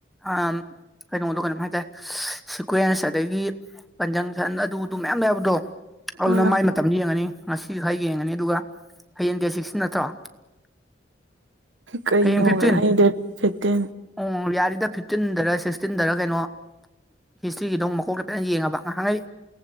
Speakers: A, in the centre; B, on the right (about 80°).
A: ꯑꯝ ꯀꯩꯅꯣꯗꯣ ꯀꯩꯅꯣꯝ ꯍꯥꯏꯗꯥꯏ ꯁꯤꯀ꯭ꯋꯦꯟꯁ ꯑꯗꯒꯤ ꯀꯟꯖꯪꯁꯟ ꯑꯗꯨꯗꯨ ꯃꯌꯥꯝ ꯌꯥꯎꯟꯗꯣ ꯑꯗꯨꯅ
B: ꯑꯥ
A: ꯃꯥꯏ ꯃꯇꯝꯗꯨ ꯌꯦꯡꯉꯅꯤ꯫ ꯉꯁꯤ ꯍ ꯌꯦꯡꯒꯅꯤ ꯑꯗꯨꯒ ꯍꯌꯦꯡꯗꯤꯌꯥ ꯁꯤꯛꯁꯇ ꯅꯠꯇ꯭ꯔꯣ
B: ꯀꯩꯅꯣ
A: ꯍꯌꯦꯡ ꯐꯤꯐꯇꯤꯟ
B: ꯍ ꯗꯦꯠ ꯊꯠꯇ
A: ꯑꯣ ꯌꯥꯔꯤꯗ ꯐꯤꯐꯇꯤꯟꯗꯔ ꯁꯤꯛꯁꯇꯤꯟꯗꯔ ꯀꯩꯅꯣ ꯍꯤꯁꯇ꯭ꯔꯤꯒꯤꯗꯧ ꯃꯀꯣꯛꯇꯩ ꯐꯖꯅ ꯌꯦꯡꯉꯕ ꯉꯥꯏꯍꯥꯛꯈꯩ